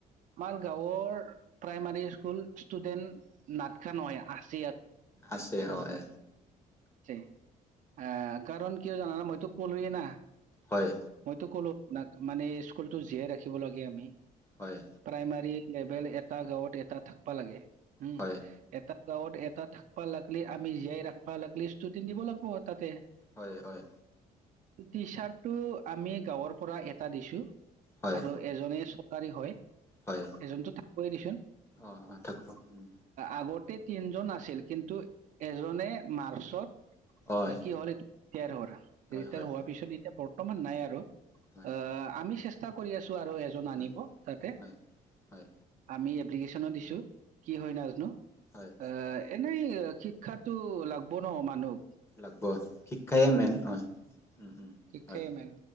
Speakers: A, on the right; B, on the left.
A: আমাৰ গাঁৱৰ প্ৰাইমাৰী স্কুল সষ্টুডেণ্ট নাাটকা নহাই আছে
B: আছে হয়।
A: চে, আহ, কাৰণ কিয় জানা ন মইতো কলোৱে না
B: হয়
A: মইতো কলো আপোনাক মানে স্কুলতটো জীয়াই ৰাখিব লাগে আমি।
B: হয়
A: প্ৰাইমাৰী লেভেল এটা গাঁৱত এটা থাকবা লাগে হম,
B: হয়
A: এটা গাঁৱত এটা থাকিবা লাগিলি আমি জীয়াই ৰাখিবা লাগিলি ষ্টুডেণ্ট দিব লাগিব তাতে।
B: হয়, হয়।
A: টি চাৰ্ট টো আমি গাঁৱৰ পৰা এটা দিছো
B: হয়
A: আৰু এজনে হয়,
B: হয়
A: এজনটো থাক দিচোন
B: অ অ থাকিব উম
A: আগত গোতেই তিনজন আছিল কিন্তু এজনে মাৰ্চত
B: হয়
A: কি হল এইটো হোৱাৰ
B: হয়
A: ৰিটায়াৰ
B: হয়
A: হোৱাৰ পিছত এতিয়া বৰ্তমান নাই আৰু,
B: হয়
A: আহ, আমি চেষ্টা কৰি আছো আৰু এজন আনিব
B: হয়
A: তাতে,
B: হয় হয়
A: আমি এপ্লিকেশ্যনো দিছো। কি হয়, নাজানো
B: হয়
A: আহ, এনেই শিক্ষাো লাগব ন মানুহ।
B: লাগব। শিক্ষাইে মেন হয়। উম উম
A: শিক্ষায়ে
B: হয়
A: মেইন।